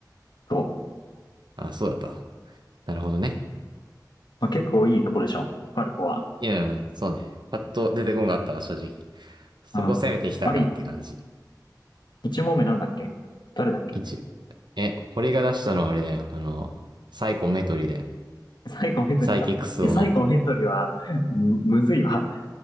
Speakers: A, on the left (about 75°); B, on the right (about 80°).
A: そう。
B: あ、そうだった。なるほどね。
A: まあ、結構いいとこでしょ。ファルコは。
B: いや、そうね。パッと出てこんかったわ、正直。そこ攻めてきたかって感じ。
A: うん。あれ、一問目なんだっけ誰だっけ
B: 一、え、俺が出したのはあれだよ。あの、サイコメトリだよ。
A: サイコメトリか。
B: サイキクスオの。
A: いや、サイコメトリは、むむずいわ。